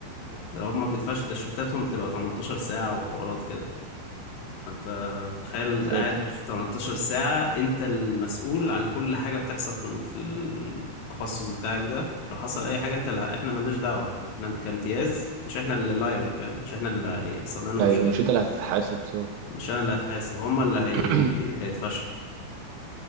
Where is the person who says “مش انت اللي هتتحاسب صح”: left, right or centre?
Right